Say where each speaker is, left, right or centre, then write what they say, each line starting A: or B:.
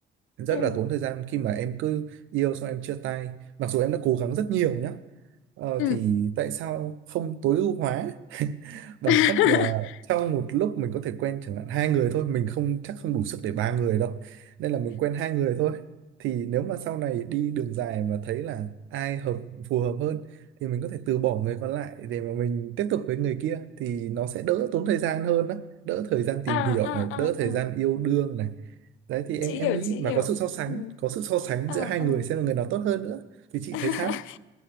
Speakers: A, on the right; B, on the left.
A: rất
B: ừ,
A: là tốn thời gian khi mà em cứ yêu xong em chia tay mặc dù em đã cố gắng rất nhiều nhá Ờ,
B: Ừ.
A: thì tại sao không tối ưu hóa bằng
B: <laughs>
A: cách là sau một lúc mình có thể quen chẳng hạn hai người thôi mình không chắc không đủ sức để ba người đâu nên là mình quen hai người thôi thì nếu mà sau này đi đường dài mà thấy là ai hợp phù hợp hơn thì mình có thể từ bỏ người còn lại để mà mình tiếp tục với người kia thì nó sẽ đỡ tốn thời gian hơn á đỡ thời gian tìm
B: à, à,
A: hiểu này đỡ thời
B: à, à.
A: gian yêu đương này đấy thì em
B: chị
A: em
B: hiểu
A: nghĩ
B: chị
A: mà
B: hiểu
A: có sự so sánh
B: ừ,
A: có sự so sánh
B: à,
A: giữa hai
B: à.
A: người xem là người nào tốt hơn nữa thì chị
B: <laughs>
A: thấy sao